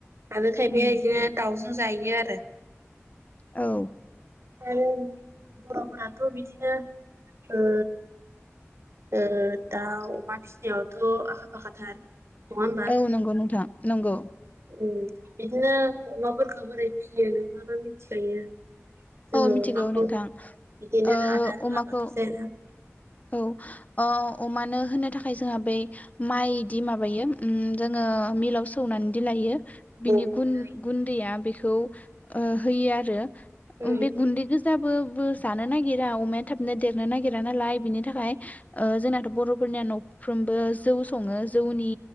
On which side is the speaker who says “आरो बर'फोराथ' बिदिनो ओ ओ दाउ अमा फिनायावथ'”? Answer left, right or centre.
Right